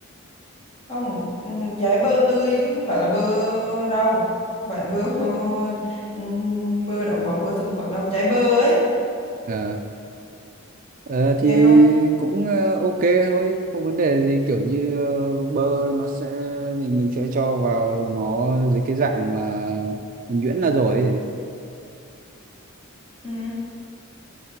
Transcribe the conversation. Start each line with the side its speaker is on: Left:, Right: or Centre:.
Left: không, ừ, trái bơ tươi chứ không phải là bơ đâu. Không phải bơ ừ, bơ động vật, bơ thực vật đâu, trái bơ ấy.
Right: Ờ, ờ, thì
Left: Thì anh có
Right: cũng ờ, ok thôi không vấn đề gì kiểu như ờ, bơ nó sẽ mình mình sẽ cho vào nó dưới cái dạng mà mình nhuyễn ra rồi ấy.
Left: ừ,